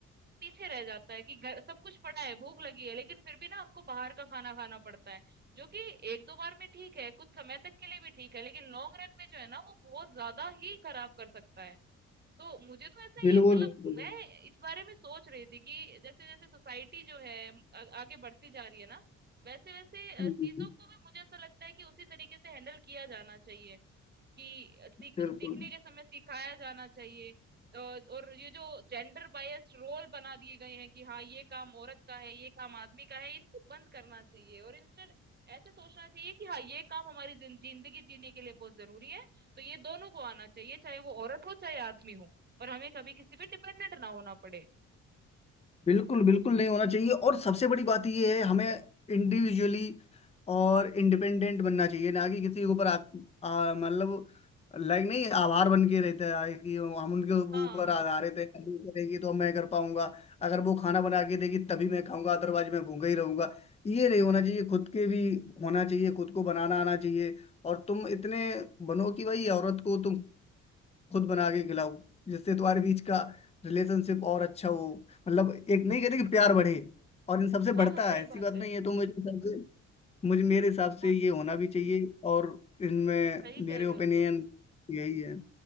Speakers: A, on the right; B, on the left.
A: पीछे रह जाता है कि घर सब कुछ पड़ा है भूख लगी है लेकिन फिर भी ना हमको बाहर का खाना खाना पड़ता है जो कि एक दो बार में ठीक है कुछ समय तक के लिए भी ठीक है लेकिन लॉन्ग रन में जो है ना वो बहुत ज्यादा ही खराब कर सकता है तो मुझे तो ऐसा
B: बिल्कुल
A: ही मतलब
B: बिल्कुल
A: मैं इस बारे में सोच रही थी कि जैसे जैसे सोसाइटी जो है आ, आगे बढ़ती जा रही है ना वैसे वैसे अ,
B: बिल्कुल
A: चीजों को भी मुझे ऐसा लगता है कि उसी तरीके से हैंडल किया जाना चाहिए कि सीख
B: बिल्कुल
A: सीखने के समय सिखाया जाना चाहिए अ, और ये जो जेंडर बायस्ड रोल बना दिए गए हैं कि हाँ ये काम औरत का है ये काम आदमी का है इनको बंद करना चाहिए और इंस्टेड ऐसे सोचना चाहिए कि हाँ ये काम हमारी जिन- जिंदगी जीने के लिए बहुत जरूरी है तो ये दोनों को आना चाहिए चाहे वो औरत हो चाहे आदमी हो और हमें कभी किसी पे डिपेंडेंट ना होना पड़े
B: बिल्कुल बिल्कुल नहीं होना चाहिए और सबसे बड़ी बात यह है हमें इंडिविजुअली और इंडिपेंडेंट बनना चाहिए ना कि किसी के ऊपर आ- आ- मतलब लाइक नहीं आभार बन के रहता है कि हम उनके
A: हाँ
B: ऊपर
A: हाँ
B: आधारित है वो करेगी तो मैं कर पाऊंगा अगर वो खाना बना के देगी तभी मैं खाऊंगा अदरवाइज मैं भूखा ही रहूंगा ये नहीं होना चाहिए खुद के भी होना चाहिए खुद को बनाना आना चाहिए और तुम इतने बनो कि भाई औरत को तुम खुद बना के खिलाऊं जिससे तुम्हारे बीच का रिलेशनशिप और अच्छा हो मतलब एक नहीं कहते कि प्यार बढ़े और इन सबसे
A: हाँ
B: बढ़ता
A: हाँ सही
B: है ऐसी
A: बात
B: बात नहीं
A: है
B: है तो मुझे हिसाब से मुझे मेरे हिसाब से
A: हाँ
B: ये होना भी चाहिए और इनमें
A: सही
B: मेरे
A: कह रहे
B: ओपिनियन
A: हो तुम
B: यही है